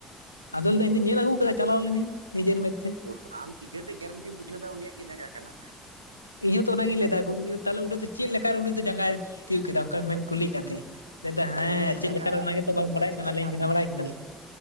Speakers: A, on the left; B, on the right.
A: ᱟᱫᱚᱭ ᱞᱟᱹᱭ ᱫᱟᱭ ᱤᱧ ᱫᱚᱧ ᱧᱮᱞ ᱟᱹᱜᱩ ᱠᱮᱫᱟ ᱪᱟᱞᱟᱣ ᱞᱤᱱᱤᱧ ᱱᱤᱡᱮᱨ ᱢᱮᱫ ᱛᱮ
B: ᱳᱦ ᱟᱢ ᱪᱤᱠᱟᱹ ᱛᱮ ᱜᱮᱨᱮᱱᱴᱤᱢ ᱵᱩᱡᱷᱟᱹᱣ ᱫᱟ ᱩᱱᱤᱭᱟᱜ ᱜᱮ ᱡᱟᱸᱜᱟ ᱠᱟᱱᱟ?
A: ᱤᱧ ᱦᱚᱸᱛᱚ ᱚᱱᱟ ᱜᱤᱧ ᱞᱟᱹᱭ
B: ᱦᱮᱸ
A: ᱫᱟ ᱜᱚᱝᱠᱮ ᱛᱟᱦᱞᱮ ᱩᱱᱤᱸ ᱫᱚ ᱪᱮᱫ ᱞᱮᱠᱟ ᱨᱮ ᱩᱱᱤ ᱫᱚ ᱡᱟᱸᱜᱟᱭ ᱛᱤᱭᱳᱜ ᱠᱮᱫᱟ ᱚᱱᱠᱟ ᱢᱮᱢ ᱠᱩᱞᱤᱭ ᱠᱟᱱ ᱛᱟᱦᱮᱸᱫ᱾ ᱞᱟᱹᱭ ᱫᱟ
B: ᱢᱟᱱᱮ
A: ᱦᱮᱸ
B: ᱩᱱᱤ ᱫᱚ
A: ᱪᱮᱫ
B: ᱡᱟᱸᱜᱟ
A: ᱞᱮᱠᱟᱨᱮ ᱚᱱᱟ ᱜᱮᱛᱚ
B: ᱤᱭᱟᱹ
A: ᱵᱟᱝ
B: ᱵᱚᱡ
A: ᱵᱟᱲᱟᱭ
B: ᱠᱟᱛᱮ
A: ᱚᱜ ᱠᱟᱱᱟ᱾ᱞᱟᱹᱭ
B: ᱪᱷᱟᱯ
A: ᱤᱧ ᱠᱟᱱᱟ
B: ᱛᱟᱦᱮᱸᱜᱼᱟ
A: ᱵᱟᱲᱟᱭ
B: ᱥᱮ
A: ᱠᱮᱫᱟᱢ
B: ᱪᱮᱫ